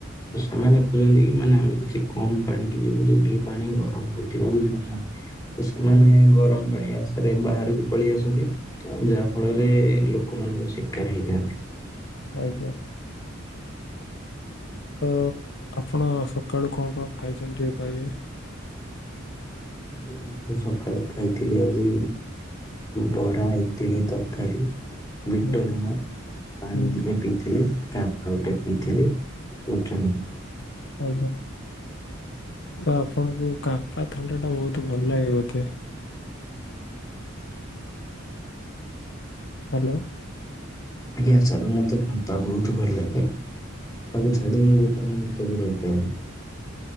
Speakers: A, on the left (about 20°); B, on the left (about 60°).
A: ସେମାନେ କହୁଛନ୍ତି କି ମାନେ ଆମେ କିଛି କମ୍ ପାଣିକି ଯିବ ଯୋଉଠିକି ପାଣି ଗରମ ରହୁଥିବ ବୁଝି ପାରୁଛନ୍ତି। ତ ସେମାନେ ଗରମ ପାଣି ଆସାରେ ବାହାରକୁ ପଳେଇ ଆସନ୍ତି। ଯାହା ଫଳରେ ଲୋକମାନଙ୍କ ଶିକାର ହେଇଜାନ୍ତି।
B: ଆଜ୍ଞା।
A: <unintelligible>
B: ତ ଆପଣ ସକାଳୁ କଣ କଣ ଖାଇଛନ୍ତି ଟିକେ କହିବେ?
A: ମୁଁ ତ ସକାଳେ ଖାଇଥିଲି ଆଜି। ବରା, ଇଟଲି, ତରକାରୀ
B: ହୁଁ
A: ବିଟ ଲୁଣ। ପାଣି
B: ହୁଁ
A: ଟିକେ ପିଇଥିଲେ କାମ୍ପା ଗୋଟେ ପିଇଥିଲେ ଉଠୁନି
B: ଆଜ୍ଞା। ତ ଆପଣଙ୍କୁ କାମ୍ପା ଥଣ୍ଡା ଟା ବହୁତ ଭଲ ଲାଗେ ବୋଧେ। ହ୍ୟାଲୋ
A: ଆଜ୍ଞା ସାର୍ ମତେ ଫାଣ୍ଟଆ ବହୁତ ଭଲ ଲାଗେ। ତାକୁ ଛାଡି କି ମୁଁ ଗୋଟେ ମୁଁ ମୁହୁର୍ତ ବି ରହି ପାରେନି।